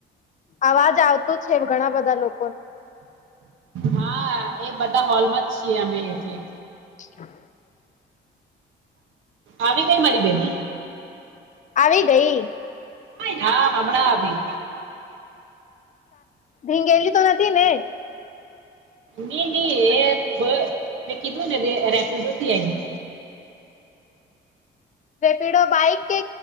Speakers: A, on the left; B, on the right.
A: અવાજ આવતું છે, ઘણા બધા લોકો
B: હા એ બધા હોલમાં જ છીએ, અમે એટલે
A: <unintelligible>
B: આવી ગઈ મારી બેન હ
A: આવી ગઈ
B: હમણાં આવી.
A: ભીંગેલી તો નથી ને
B: ની ની એ મે કીધુંને ર રેપિડોથી આવી.
A: રેપિડો બાઈક કે